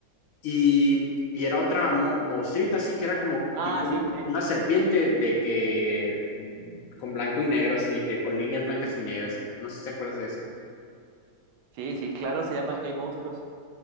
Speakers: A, on the left; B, on the right.
A: Y, y era otra mo- monstruita así que era como
B: Ah,
A: tipo
B: sí, eh,
A: una serpiente de que mm, con blanco y negro, así de que con líneas blancas y negras acá. No sé si te acuerdas de ese.
B: sí, sí, claro, se llama Hey Monstruos.